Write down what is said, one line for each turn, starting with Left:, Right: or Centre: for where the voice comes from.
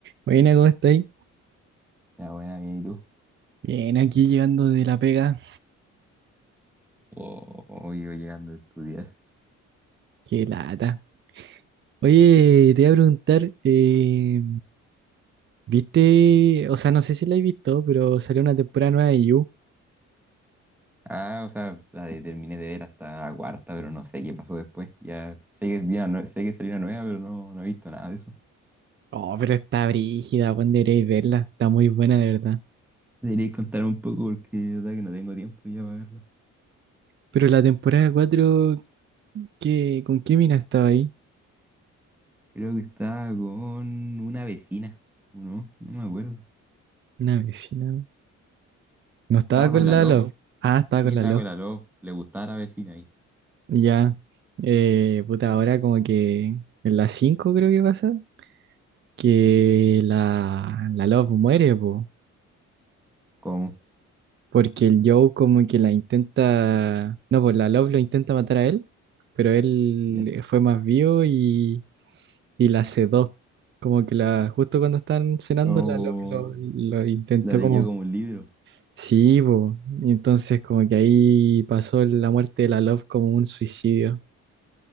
Right: Buena, ¿cómo estáis?
Centre: Ah, buena, bien, ¿y tú?
Right: Bien, aquí llegando de la pega.
Centre: O, o yo llegando a estudiar.
Right: Qué lata. Oye, te iba a preguntar, eh, ¿viste? O sea, no sé si la he visto, pero salió una temporada nueva de You.
Centre: Ah, o sea, la de- terminé de ver hasta la cuarta, pero no sé qué pasó después. Ya sé que, es bien, no, sé que salió una nueva, pero no, no he visto nada de eso.
Right: Oh, pero está brígida, Juan, deberíais verla. Está muy buena, de verdad.
Centre: Deberíais contar un poco porque de verdad que no tengo tiempo ya para verla.
Right: Pero la temporada cuatro ¿qué, con qué mina estaba ahí?
Centre: Creo que estaba con una vecina, ¿o ¿no? No me acuerdo.
Right: Una vecina. No estaba
Centre: Estaba
Right: con
Centre: con la
Right: la
Centre: Love.
Right: Love. Ah, estaba
Centre: Sí,
Right: con
Centre: estaba
Right: la Love.
Centre: con la Love. Le gustaba la vecina ahí.
Right: Ya. Eh, puta, ahora como que en la 5 creo que pasa, que la, la Love muere, pues.
Centre: ¿Cómo?
Right: Porque el Joe como que la intenta, no, pues la Love lo intenta matar a él, pero él
Centre: Bien.
Right: eh, fue más vivo y, y la sedó. Como que la, justo cuando están cenando,
Centre: Oh,
Right: la Love lo, lo intentó
Centre: la leyó
Right: como,
Centre: como un libro.
Right: sí, bo. Y entonces como que ahí pasó la muerte de la Love como un suicidio.